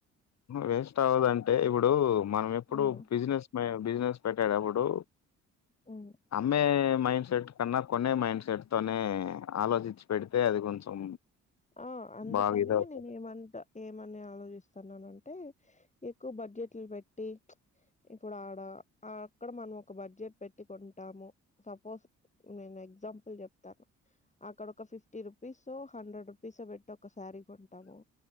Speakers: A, on the left (about 60°); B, on the left (about 25°).
A: వేస్ట్ అవదంటే ఇప్పుడు మనం ఎప్పుడు
B: హ్మ్
A: బిజినెస్ మ బిజినెస్ పెట్టేటప్పుడు
B: హ్మ్.
A: అమ్మే మైండ్ సెట్ కన్నా కొనే మైండ్ సెట్ తోనే ఆలోచించి పెడితే అది కొంచెం
B: ఆ అందుకని
A: బాగా ఇదవుతది
B: నేను ఏమంటా ఏమని ఆలోచిస్తా న్నాంటే ఎక్కువ బడ్జెట్లు పెట్టి ఇప్పుడు ఆడ అ అక్కడ మనం ఒక బడ్జెట్ పెట్టి కొంటాము. సప్ పోస్ నేను ఎగ్జాంపుల్ చెప్ తా అక్కడ ఒక fifty rupees hundred rupees bet ఒకసారిీ కొంటాము